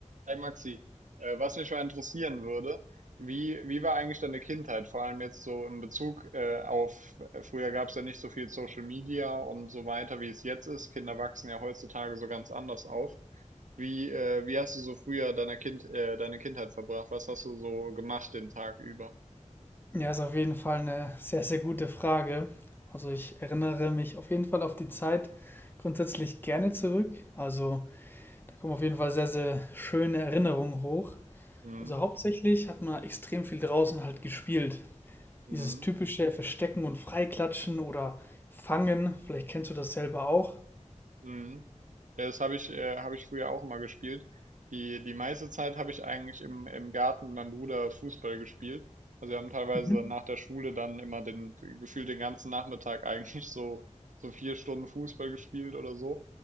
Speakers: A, on the right (about 80°); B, on the left (about 15°).
A: Hey Maxi, äh, was mich mal interessieren würde, wie, wie war eigentlich deine Kindheit, vor allem jetzt so in Bezug äh, auf, äh, früher gab es ja nicht so viel Social Media und so weiter, wie es jetzt ist. Kinder wachsen ja heutzutage so ganz anders auf. Wie, äh, wie hast du so früher deine Kind, äh, deine Kindheit verbracht? Was hast du so gemacht den Tag über?
B: Ja, ist auf jeden Fall eine sehr, sehr gute Frage. Also ich erinnere mich auf jeden Fall auf die Zeit grundsätzlich gerne zurück. Also da kommen auf jeden Fall sehr, sehr schöne Erinnerungen hoch.
A: Mhm.
B: Also hauptsächlich hat man extrem viel draußen halt gespielt.
A: Mhm.
B: Dieses typische Verstecken und Freiklatschen oder Fangen, vielleicht kennst du das selber auch.
A: Mhm. Ja, das habe ich, äh, habe ich früher auch immer gespielt. Die, die meiste Zeit habe ich eigentlich im, im Garten mit meinem Bruder Fußball gespielt. Also wir haben teilweise
B: Mhm.
A: nach der Schule dann immer den, gefühlt den ganzen Nachmittag <laughs> eigentlich so, so vier Stunden Fußball gespielt oder so.